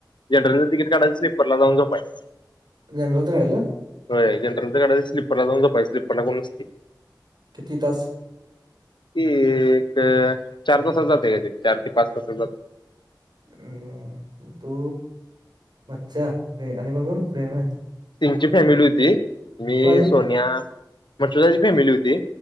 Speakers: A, on the left; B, on the right.
A: जनरलच तिकीट काढायच स्लीपरला जाऊन झोपायच.
B: जनरल च काढल?
A: होय जनरल च काढायचं स्लीपरला जाऊन झोपायच स्लीपरला कोण नसतंय.
B: किती तास?
A: ते एक, चार तासात जातं येते चार ते पाच तासात जात.
B: हा तू मच्छा आणि कोण कोण प्रेम्या.
A: तेंचि फॅमिली होती, मी,
B: कोणाचे
A: सोन्या मचुदाची फॅमिली होती.